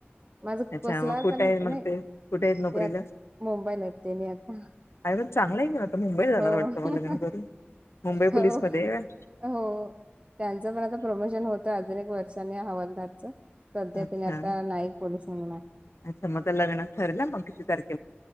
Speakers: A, on the right; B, on the left.
A: माझा
B: अच्छा
A: कसलाच
B: मग कुठे
A: नाही
B: आहे मग ते कुठे आहेत नोकरीला
A: ते आ मुंबईला आहेत तेनी आता.
B: अ मग चांगला आहे नाही आता मुंबई जाणार
A: हो.
B: वाटतं मग लग्न करून मुंबई
A: हो
B: पोलीसमध्ये आहे होय
A: हो त्यांचं पण आता प्रमोशन होतं अजून एक वर्षाने हवलदारच सध्या
B: अच्छा
A: तेनी आता नाईक पोलिस म्हणून आहे
B: अच्छा मग लग्नाच ठरेल मग किती तारखे.